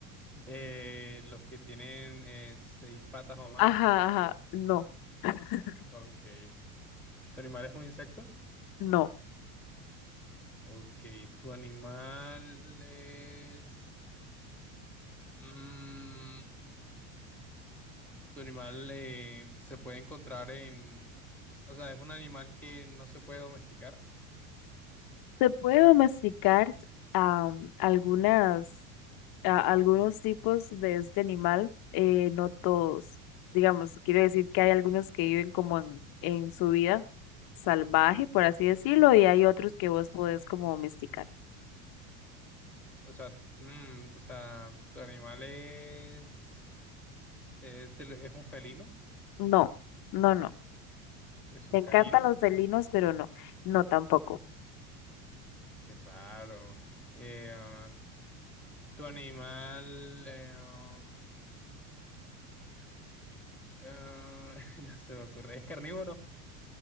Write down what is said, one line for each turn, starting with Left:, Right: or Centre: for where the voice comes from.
Centre: Eh, los que tienen eh, seis patas o más.
Left: Ajá, ajá, no, <clears throat>
Centre: Ok. ¿Tu animal es un insecto?
Left: no.
Centre: Ok. ¿Tu animal es... mm, Tu animal eh, se puede encontrar en, o sea, es un animal que no se puede domesticar.
Left: Se puede domesticar am, algunas a- algunos tipos de este animal, eh, no todos. Digamos, quiero decir que hay algunos que viven como en, en su vida salvaje, por así decirlo, y hay otros que vos podés como domesticar.
Centre: O sea, mm, o sea, tu animal es, es, de lo- es un felino,
Left: No, no, no.
Centre: es un
Left: Me encantan
Centre: canino.
Left: los felinos, pero no, no tampoco.
Centre: Qué raro. Eh, ah, tu animal, eh, um, ah, <laughs> no se me ocurre, es carnívoro.